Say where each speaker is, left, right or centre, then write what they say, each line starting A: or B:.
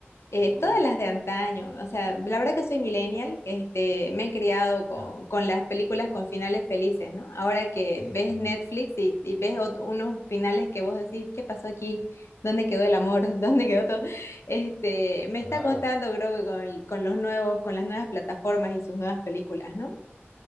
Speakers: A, on the left; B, on the right.
A: eh,
B: qué buen.
A: todas las de antaño, o sea, la verdad que soy millennial, este, me he criado con,
B: Ya,
A: con las películas
B: claro.
A: con finales felices, ¿no? Ahora que
B: Sí,
A: ves
B: sí,
A: Netflix
B: sí, sí.
A: y, y ves ot- unos finales que vos decís, ¿qué pasó aquí? ¿Dónde quedó el amor? <laughs> ¿Dónde quedó todo? Este, me
B: Claro.
A: está costando, creo que con, con los nuevos, con las nuevas plataformas y sus nuevas películas, ¿no?